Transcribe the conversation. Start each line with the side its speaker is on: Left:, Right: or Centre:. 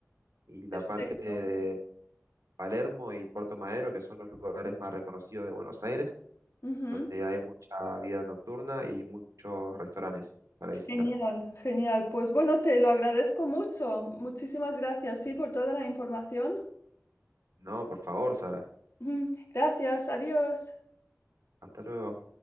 Right: y la
Left: Perfecto.
Right: parte de Palermo y Puerto Madero, que son los lugares más reconocidos de Buenos Aires.
Left: Ujú,
Right: donde hay mucha vida nocturna y muchos restaurantes para visitar.
Left: Genial, genial. Pues bueno, te lo agradezco mucho. Muchísimas gracias, sí, por toda la información.
Right: No, por favor, Sara.
Left: Ujú, Gracias, adiós.
Right: Hasta luego.